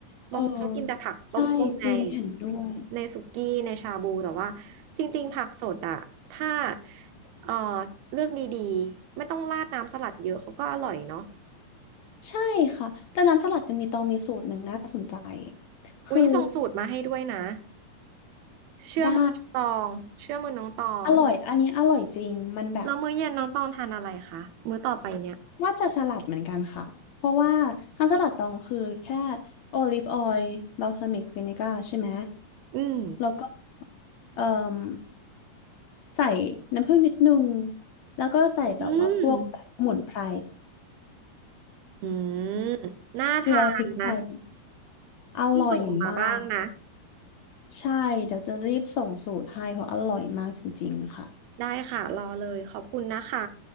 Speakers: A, on the left; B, on the right.
A: เออ
B: บางคนเขากินแต่ผักต้มๆใน
A: ใช่จริงเห็นด้วย
B: ในสุกี้ในชาบูแต่ว่าจริงๆผักสดอะถ้าเอ่อเลือกดีๆไม่ต้องราดน้ำสลัดเยอะเขาก็อร่อยเนาะ
A: ใช่ค่ะแต่น้ำสลัดยังมีตองมีสูตรหนึ่งน่าสนใจคือ
B: อุ๊ยส่งสูตรมาให้ด้วยนะเชื่อมือน้องตองเชื่อมือน้องตอง
A: ได้อร่อยอันนี้อร่อยจริง มันแบบ
B: แล้วมื้อเย็นน้องตองทานอะไรคะมื้อต่อไปเนี่ย
A: ว่าจะสลัดเหมือนกันค่ะ เพราะว่าทำสลัดตองคือแค่โอลิฟออยล์บาลซามิกวินิก้าใช่ไหม
B: อืม
A: แล้วก็เอ่มใส่น้ำผึ้งนิดนึงแล้วก็ใส่แบบว่าพวกแบบสมุนไพร
B: อืมอืมน่าทานนะ
A: เกลือพริกไทยอร่อยมาก
B: ต้องส่งมาบ้างนะ
A: ใช่เดี๋ยวจะรีบส่งสูตรให้เพราะอร่อยมากจริงๆค่ะ
B: ได้ค่ะรอเลยขอบคุณนะคะ